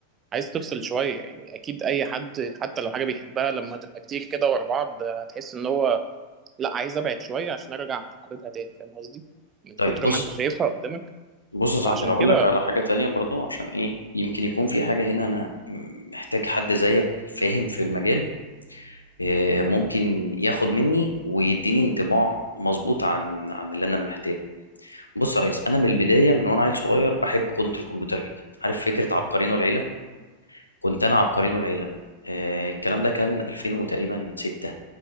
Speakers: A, on the right; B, on the left.
A: عايز تفصل شوية يعني أكيد أي حد حتى لو حاجة بيحبها لما تبقى كتير كده ورا بعض هتحس إن هو لأ عايز أبعد شوية عشان أرجع حبيبها تاني فاهم قصدي؟ من
B: طيب
A: كتر
B: بص
A: ما أنت شايفها قدامك
B: بص يا صاحبي
A: فعشان
B: هقول
A: كده
B: لك
A: آه
B: على حاجة تانية برضو عشان ايه يمكن يكون في حاجة هنا انا محتاج حد زيك فاهم في المجال آه، ممكن ياخد مني ويديني انطباع مظبوط عن عن اللي انا محتاجه بص يا ريس انا من البداية من وانا عيل صغير بحب كنت الكمبيوتر جدا عارف فكرة عبقرين والعيلة كنت انا عبقرين والعيلة ده آه، الكلام ده كان 2000 وتقريبا 6